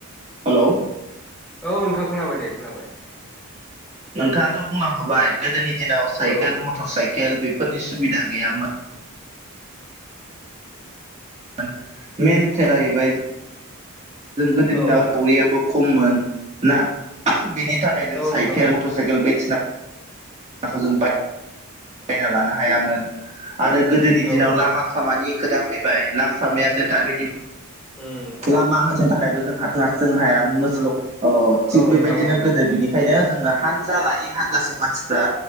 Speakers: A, on the right; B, in the centre.
A: हेल'
B: औ नोंथां खोनाबाय दे खोनाबाय
A: नोंथाङाथ' बुंनां होबाय गोदोनि दिनाव साइकेल
B: औ
A: मटर साइकेल फोरनि सुबिदा गैयामोन <unintelligible> जाहैबाय जों गोदोनि
B: औ
A: दिनाव
B: नोंथां
A: दावरियाबो खममोन ना बेनि थाखाय जों
B: औ
A: साइखेलथ'
B: नोंथां औ
A: साइेल बाय <unintelligible> बायना लानो हायामोन आरो गोदोनि
B: औ
A: दिनाव
B: नोंथां
A: लामा सामानि खोथा फैबाय लाम सामायाया दा बिदिनो
B: ओम
A: लामा हानथिनो थाखायबो जों हारसिं हारसिं हाया मोस ल अ थिग
B: औ
A: बेबायदिनो
B: नोंथां औ नंगौ
A: गोदो बिनि बेखायनो जोङो हानजा लायै हानजासो मानसिफ्रा